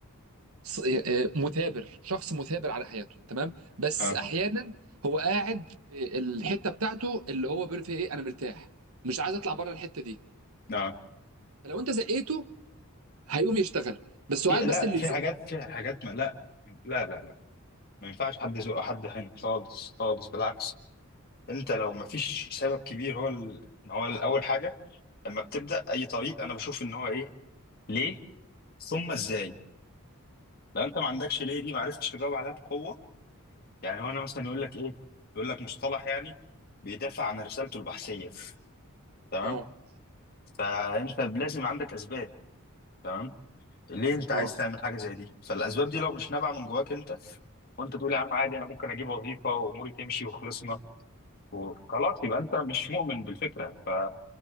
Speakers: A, on the right; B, on the left.
A: ص- آه، مثابر شخص مثابر على حياته تمام بس
B: اه
A: احيانا هو قاعد في الحته بتاعته اللي هو بيقول فيها ايه انا مرتاح مش عايز اطلع بره الحته دي
B: اه
A: فلو انت زقيته هيقوم يشتغل بس هو
B: في
A: عايز
B: لا
A: بس اللي
B: في
A: يزقه
B: حاجات في حاجات ما لا لا لا لا ما ينفعش حد يزق حد هنا خالص خالص بالعكس انت لو ما فيش سبب كبير هو ال... هو اول حاجه لما بتبدا اي طريق انا بشوف ان هو ايه ليه ثم ازاي لو انت ما عندكش ليه دي ما عرفتش تجاوب عليها بقوه يعني هو انا مثلا يقول لك ايه يقول لك مصطلح يعني بيدافع عن رسالته البحثيه تمام
A: اه
B: فانت لازم عندك اسباب تمام ليه انت عايز
A: اه
B: تعمل حاجه زي دي فالاسباب دي لو مش نابعه من جواك انت وانت تقول يا عم عادي انا ممكن اجيب وظيفه واموري تمشي وخلصنا وخلاص يبقى انت مش مؤمن بالفكره ف...